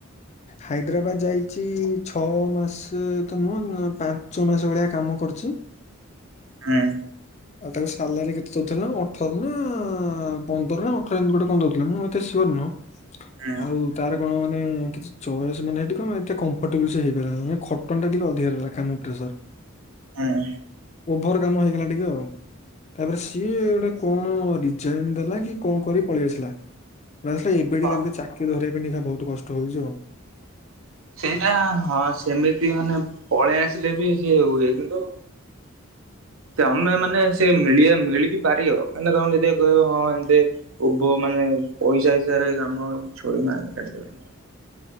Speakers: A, on the left (about 30°); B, on the right (about 75°).
A: ହାଇଦ୍ରାବାଦ ଯାଇଛି, ଛଅ ମାସ। ତ ନୁହଁ ପାଞ୍ଚ ଛ ମାସ ଭଳିଆ କାମ କରୁଛି।
B: ହୁଁ।
A: ଆଉ ତାକୁ ସାଲାରୀ କେତେ ଦଉଥିଲା ଅଠର ନା ପନ୍ଦର ନା ଅଠର ଏମିତି ଗୋଟେ କଣ ଦଉଥିଲ ମୁଁ ଏତେ ସିଓର ନୁହଁ।
B: ହୁଁ
A: ଆଉ ତାର ଣ ମାନେ କିଛି ଚଏସ୍ ମାନେଇି କଣ ଏ କମ୍ଟେବ ହେଇପାରନ୍ତି, ଖ ଖଟନ ଦିକ ଅଧାରରେ କାମ ପ୍ରେସର୍
B: ହଁ।
A: ଓଭର କାମ ହେଇଗଲା ଟିକେ ଆଉ। ତାପରେ ସିଏ ଗୋଟେ କଣ ଡିଜାଇନ ଦେଲା କି କଣ କରି ପଳେଇ ଆସିଲା। ଆସିଲା ଏବେଠ
B: ହଁ।
A: ତାକୁ ଗୋଟେ ଚାକିରି ଧରିବା ପାଇଁଖା ବହୁତ କଷ୍ଟ ହଉଛି ଆଉ।
B: ସେଇଟା ହଁ ସେମିତି ମାନେ ପଳେଇ ଆସିଲେ ବି ସେ ହୁଏ, କିନ୍ତୁ ତ ଆମେ ମାନେ ସେ ମିଳିଆ ମିଳିପି ପାରିବ ମାନେ ତମେ ଯଦି କହିବ ହଁ ଏମତି ଉଭ ମାନେ ପଇସା ହିସାରେ କାମ ଛୁଡ଼ି ମ ଆ କାଟି ଦେଲା।